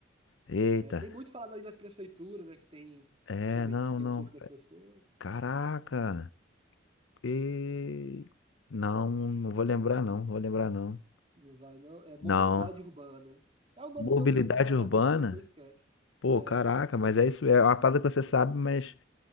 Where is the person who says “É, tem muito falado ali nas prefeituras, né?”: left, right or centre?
Right